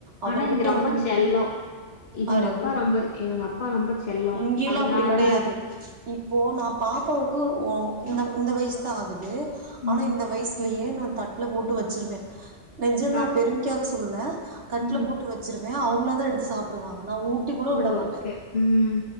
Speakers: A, on the right; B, on the left.
A: அவர்கிட்ட
B: ஆனா இங்க ரொம்ப
A: வந்து
B: செல்லம் இவங்க
A: ஆரு
B: அப்பா ரொம்ப இவங்க அப்பா ரொம்ப செல்லம்
A: இங்கேயல்லா
B: அதனால
A: அப்படி கெடையாது இப்போ நா பாப்பாவுக்கு ஒ இந்த இந்த வயசுதா ஆகுது ஆனா
B: ம்
A: இந்த வயசுலயே நா தட்டு அல போட்டு வச்சிருவே நெஜம்
B: சாப்
A: மா பெருமிக்காக சொல்லல கட்டல
B: ம்
A: போட்டு வச்சிருவே அவங்களா எடுத்து சாப்பிடுவா ஆனா ஊட்டி கூட
B: ஓகே
A: விட மாட்ட
B: ம்